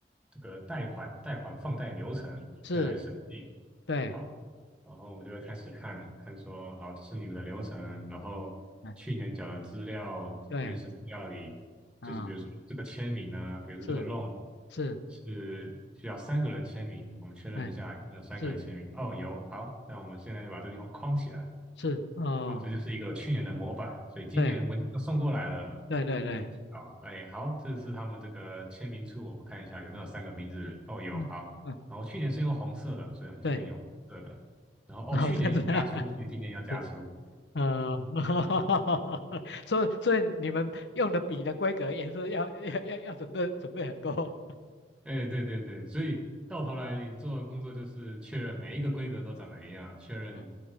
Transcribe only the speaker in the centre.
这个贷款贷款放贷流程要来审计，
好，然后我们就会开始看看说，好，这是你们的流程，然后去年缴的资料原始资料里，
就是比如说这个签名呢，比如说这个
loan
是需要三个人签名，我们确认一下有没有三个人签名，
哦，有，好，那我们现在就把这地方框起来。
好，这就是一个去年的模板，所以今年文件都送过来了，
我们好，哎，好，这是他们这个签名处，我们看一下有没有三个名字，哦，有，
好，
然后去年是用红色的，所以我们今年用红色的，
然后哦，
去年有加粗，所以今年要加粗，
哎，对对对，所以到头来你做的工作就是确认每一个规格都长得一样，确认